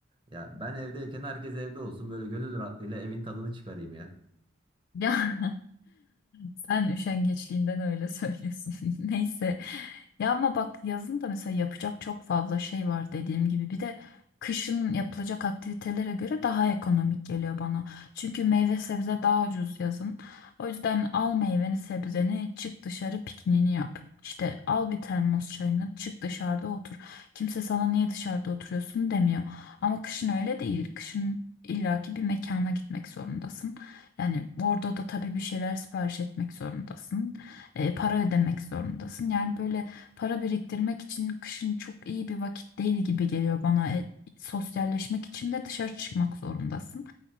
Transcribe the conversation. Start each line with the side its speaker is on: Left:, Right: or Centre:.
Right: Ya ben evdeyken herkes evde olsun böyle gönül rahatlığıyla evin tadını çıkarayım ya.
Left: Ya <laughs> sen üşengeçliğinden öyle söylüyorsun. <laughs> Neyse. Ya ama bak yazın da mesela yapacak çok fazla şey var dediğim gibi. Bir de kışın yapılacak aktivitelere göre daha ekonomik geliyor bana. Çünkü meyve sebze daha ucuz yazın. O yüzden al meyveni sebzeni çık dışarı pikniğini yap. İşte al bir termos çayını çık dışarıda otur. Kimse sana niye dışarıda oturuyorsun demiyor. Ama kışın öyle değil. Kışın illaki bir mekana gitmek zorundasın. Yani orada da tabii bir şeyler sipariş etmek zorundasın. E, para ödemek zorundasın. Yani böyle para biriktirmek için kışın çok iyi bir vakit değil gibi geliyor bana. E, sosyalleşmek için de dışarı çıkmak zorundasın.